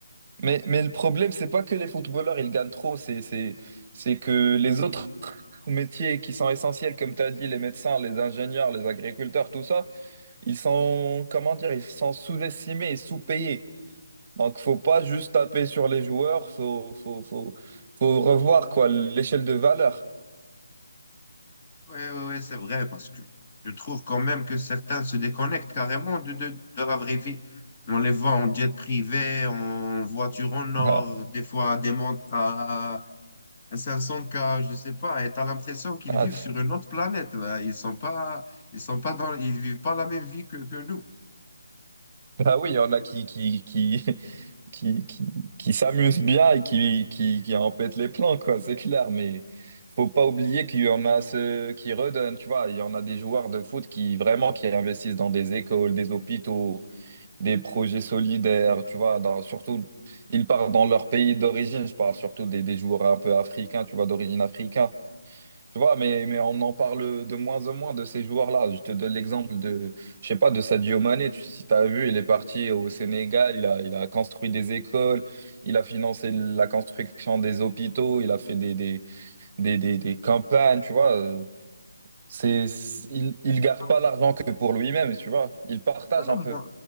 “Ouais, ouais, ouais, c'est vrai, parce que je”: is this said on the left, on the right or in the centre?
Left